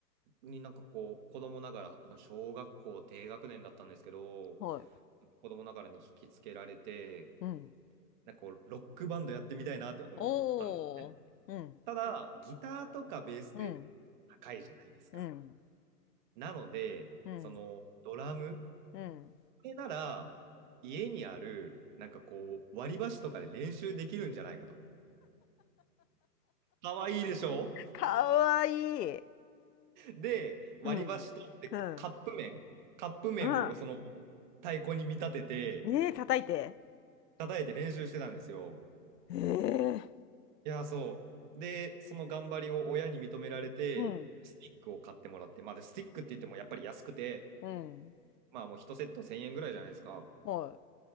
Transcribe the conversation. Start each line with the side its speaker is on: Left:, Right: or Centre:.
Right: になんかこう、子供ながら、あ小学校低学年だったんですけど、
Left: はい
Right: 子供ながらに引きつけられて、
Left: うん
Right: なんかこう、ロックバンドやってみたいなって思ったんです。
Left: おー、うん、
Right: ただ、ギターとかベースって
Left: うん、
Right: 高いじゃないですか。
Left: うん、
Right: なので、
Left: うん、
Right: そのドラム、
Left: うん。
Right: れなら、家にある、なんかこう、割り箸とかで練習できるんじゃないかと。かわいいでしょ
Left: かわいい。
Right: で、割り箸と、
Left: うん、
Right: で、
Left: うん、
Right: カップ麺、カップ麺をその
Left: うん。
Right: 太鼓に見立てて、
Left: ねえ、叩いて。
Right: 叩いて練習してたんですよ。
Left: ええ
Right: いや、そう。で、その頑張りを親に認められて、
Left: うん、
Right: スティックを買ってもらって、まあ、で、スティックって言ってもやっぱり安くて、
Left: うん、
Right: まあもう1セット1000円ぐらいじゃないですか。
Left: は